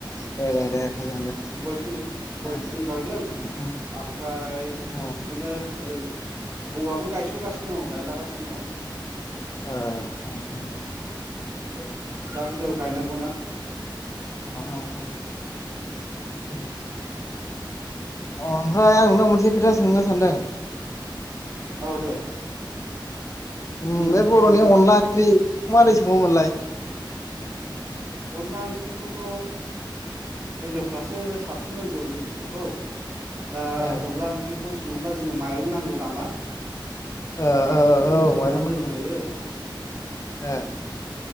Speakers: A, on the left; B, on the right.
A: दे दे दे मोजां दे
B: गय फुलि गय
A: ओ
B: फुलि गायदों
A: उम उम
B: ओमफ्राय
A: ओ
B: बिदिनो ओरै औवाबो गायसन गासिनो दं गायला गासिनो दङ
A: ओ ओम ओम ओम
B: औ दा बायदियाव गायनांगौना?
A: ओ ओ ओ ओम अ ओमफ्राय आं नोंनाव मोनसे खोथा सोंनो सानदों
B: औ दे
A: ओम
B: उम
A: बे बर'नि
B: सों दे
A: अनला ओंख्रि मारै संयोमोनलाय?
B: अनला ओंख्रिखौथ' हिनजावफ्रासो साबसिन रोंगौ बे बुस्थुखौ दा
A: ओ
B: अनला ओंख्रिखौ सङोब्ला जोंनो माइरं नांगौ नामा
A: ओ
B: माइरंखौ
A: औ
B: जोङो सोमनानै
A: माइरं नांगौ
B: दोनग्रोयो।
A: होनदों ओ